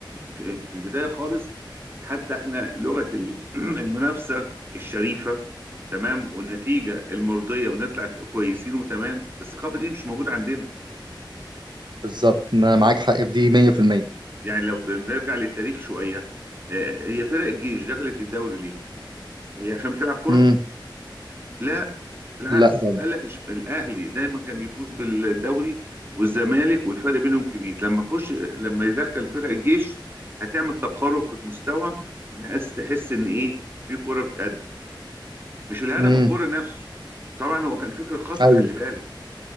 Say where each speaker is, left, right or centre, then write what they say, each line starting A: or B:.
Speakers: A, on the right; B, on the right.
A: في في البدايه خالص حتى احنا لغه ال- <clears throat> المنافسه الشريفه تمام والنتيجه المرضيه ونطلع كويسين وتمام الثقافه دي مش موجوده عندنا
B: بالظبط ما انا معاك حق في دي 100%
A: يعني لو نرجع للتاريخ شويه آه، هي فرق الجيش دخلت الدوري ليه؟ هي عشان بتلعب كره
B: امم
A: لا بالعكس
B: لا طبعا
A: قال لك إش- الاهلي دايما كان بيفوز بالدوري والزمالك والفرق بينهم كبير لما اخش لما يدخل فرق الجيش هتعمل تقارب في المستوى الناس تحس ان ايه في كرة بتقد مش الهدف
B: امم
A: الكرة نفسه طبعا هو كان فكر خطأ
B: ايوه
A: خلي بالك